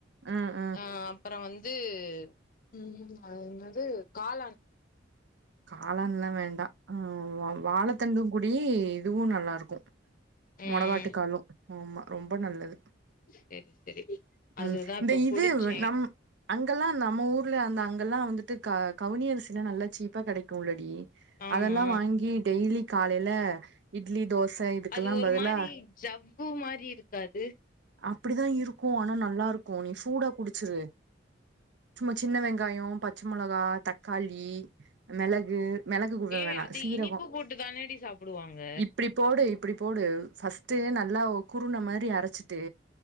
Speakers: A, on the right; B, on the left.
A: அ அ
B: ஆ அப்பற வந்து ம் அது என்னது காளான்
A: காலான்லா வேண்டா ஆ வாழதண்டும் கூடி இதுவு நல்லா இருக்கு
B: ம்
A: மொடவாட்டுக்காலு ஆமா ரொம்ப நல்லது
B: செரி செரி
A: உம்
B: அதுதா
A: இந்த
B: இப்ப
A: இதுவ்
B: குடிச்சே
A: நம் அங்கல்லா நம்ம ஊர்ல அந்த அங்கெல்லா வந்துட்டு க கவுனி அரிசிலா நல்லா சீப்பா கெடைக்கு இல்லடி
B: ஆமா
A: அதெல்லா வாங்கி டெய்லி காலைல இட்லி தோச இதுக்கெல்லா
B: அது ஒரு
A: பதிலா
B: மாறி ஜவ்வு மாறி இருக்காது
A: அப்டிதா இருக்கு ஆனா நல்லா இருக்கு நீ சூடா குடிச்சுரு சும்மா சின்ன வெங்காயோ பச்ச மொளகா தக்காளி மெளகு மெளகு குடுக்க
B: ஏ
A: வேணா
B: அது
A: சீரகோ
B: இனிப்பு போட்டு தானடி சாப்புடுவாங்க
A: இப்டி போடு இப்டி போடு ஃபஸ்ட்டு நல்லா குருன மாரி அரச்சுட்டு